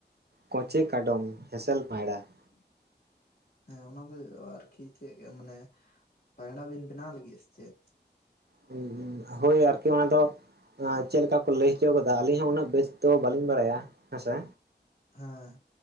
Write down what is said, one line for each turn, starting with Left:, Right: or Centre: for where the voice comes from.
Right: ᱠᱚᱪᱮ ᱠᱟᱰᱚᱢ ᱦᱮᱸᱥᱮᱞ ᱯᱟᱭᱲᱟ ᱾
Left: <inaudible> ᱦᱮᱸ, ᱚᱱᱟ ᱫᱚ ᱟᱨᱠᱤ ᱪᱮᱫ ᱢᱟᱱᱮ ᱯᱟᱸᱭᱲᱟ ᱵᱤᱱ ᱵᱮᱱᱟᱣ ᱞᱟᱹᱜᱤᱫᱟ ᱥᱮ ᱪᱮᱫ?
Right: ᱦᱩᱸ ᱦᱩᱸ ᱦᱳᱭ, ᱟᱨᱠᱤ ᱚᱱᱟ ᱫᱚ ᱮᱸ ᱪᱮᱫ ᱞᱮᱠᱟ ᱠᱚ ᱞᱟᱹᱭ ᱦᱚᱪᱚᱣ ᱠᱟᱫᱟ, ᱟᱹᱞᱤᱧ ᱦᱚᱸ ᱩᱱᱟᱹᱜ ᱵᱮᱥ ᱫᱚ ᱵᱟᱹᱞᱤᱧ ᱵᱟᱲᱟᱭᱟ ᱾ ᱦᱮᱸᱥᱮ?
Left: ᱦᱮᱸ,